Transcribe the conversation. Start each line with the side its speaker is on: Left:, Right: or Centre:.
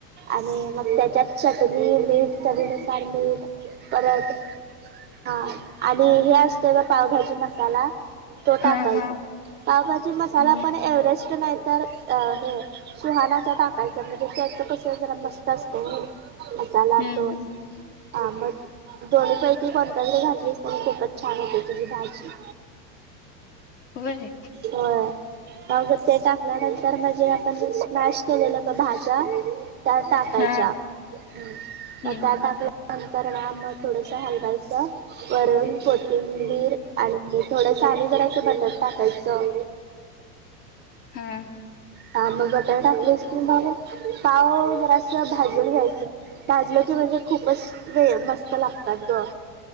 Right: आणि मग त्याच्यात चटणी, मीठ चवीनुसार मीठ परत हा आणि हे असतय बघ पावभाजी मसाला. तो टाकायचा
Left: हा हा
Right: पावभजी मसाला
Left: हम्म
Right: पण एव्हरेस्ट नाही तर अ हे सुहानाच टाकायच म्हणजे त्याच कस जरा मस्त असतय नाइं. मसाला
Left: हम्म
Right: तो,
Left: हम्म
Right: हा मत दोन्हीपैकी कोणताजरी घातलीस कणी खूपच छान होते तुझी भाजी.
Left: व्हय.
Right: होय. मग ते टाकल्यानंतर म्हणजे आपण स्मॅश केलेलं ब भाज्या त्या टाकायच्या
Left: हा
Right: म
Left: हम्म
Right: त्या टाकल्या नंतर ना म थोडसं हलवायचं. वरून कोथिंबीर आणि थोडसं आणि जरा असं बटर टाकायचं.
Left: हा.
Right: हा म बटर टाकलीस की मग, पाव जरासं भाजून घ्यायचं, भाजलं की म्हणजे खूपच वे मस्त लागतात ग.